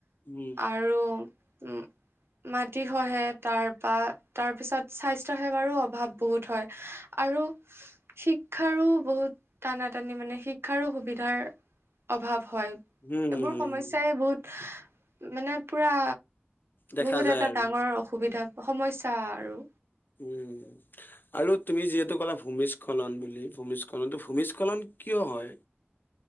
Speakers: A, on the left; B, on the right.
A: উম
B: আৰু উম মাটি সহে‌‌। তাৰপা তাৰপিছত স্বাস্থ্য সেৱাৰো অভাৱ বহুত হয় আৰু শ শিক্ষাৰো বহুত টানা-টানি মানে শিক্ষাৰো সুবিধাৰ অভাৱ। হয়
A: উম
B: এইবোৰ সমস্যাই বহুত মানে পুৰা
A: দেখা
B: বহুত
A: যায়
B: এটা
A: আৰু
B: ডাঙৰ অসুবিধা সমস্যা আৰু।
A: উম আৰু তুমি যিহেতু ক'লা ভূমিস্খলন বুলি, ভূমিস্খলন ভূমিস্খলন কিয় হয়?